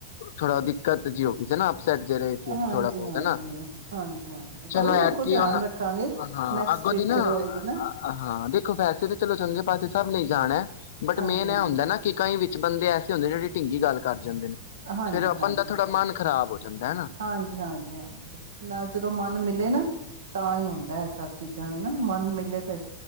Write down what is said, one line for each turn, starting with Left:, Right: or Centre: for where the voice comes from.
Left: ਥੋੜਾ ਦਿੱਕਤ ਜਿਹੀ ਹੋ ਗਈ ਸੀ ਨਾ ਅਪ ਸੇਟ ਜਿਹੜੇ ਸੀ
Right: ਹਾਂਜੀ-ਹਾਂਜੀ,
Left: ਥੋੜਾ ਬਹੁਤ ਹੈਨਾ,
Right: ਹਾਂਜੀ-ਹਾਂਜੀ
Left: ਚਲੋ
Right: ਕੋਈ
Left: ਐਤਕੀ
Right: ਨੀ ਅੱਗੋਂ ਧਿਆਨ
Left: ਹੁਨ
Right: ਰੱਖਾਂਗੇ।
Left: ਅਆਂ
Right: ਨੈਕਸਟ
Left: ਅੱਗੋਂ
Right: ਟ੍ਰਿਪ
Left: ਦੀ ਨਾ
Right: ਜਦੋਂ
Left: ਆ
Right: ਹੋਏਗੀ ਨਾ
Left: ਅ ਅ ਹਾਂ ਦੇਖੋ ਵੈਸੇ ਤੇ ਚੰਗੇ ਪਾਸੇ ਸਭ ਨੇਂ ਹੀ ਜਾਣਾ ਹੈ। ਬਟ,
Right: ਹਾਂਜੀ-ਹਾਂਜੀ,
Left: ਮੇਨ ਇਹ ਹੁੰਦਾ ਹੈ ਨਾ ਕਿ ਕਈ ਵਿ ਚ ਬੰਦੇ ਐਸੇ ਹੁੰਦੇ, ਜਿਹੜੀ ਢਿੰਗੀ ਗੱਲ ਕਰ ਜਾਂਦੇ ਨੇ
Right: ਹਾਂਜੀ-ਹਾਂਜੀ-ਹਾਂਜੀ-ਹਾਂਜੀ-ਹਾਂਜੀ,
Left: ਫੇਰ ਆਪਨ ਦਾ ਥੋੜਾ ਮਨ ਖ਼ਰਾਬ ਹੋ ਜਾਂਦਾ ਹਨਾ
Right: ਨਾਲ ਜਦੋਂ ਮਨ ਮਿਲੇ ਨਾ ਤਾਂ ਹੀ ਹੁੰਦਾ ਹੈ, ਸਭ ਚੀਜ਼। <unintelligible> ਮਨ ਮਿਲੇ ਤੇ